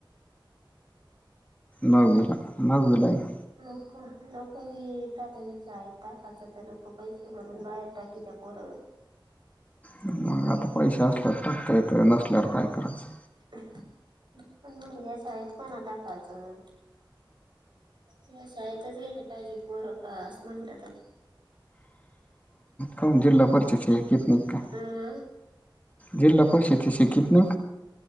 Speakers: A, on the left; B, on the right.
A: नववी ला आहेत.
B: हो का, लोका बी प्राथमिक शाळेच टाकायच त लोक पैसे भरून बाहेर टाकत्या पोरं.
A: <unintelligible> आता पैसे असल्यावर टकता येत, नसल्यावर काय करायचं?
B: <unintelligible> पण मंग ह्या शाळेत कोणा टाकायचं? या शाळेतच गेले पाहिजे पोर का, अस म्हणलं तर?
A: काऊन जिल्हा परिषदेचे कितन काय,
B: अं
A: जिल्हा परिषदेच्या कितन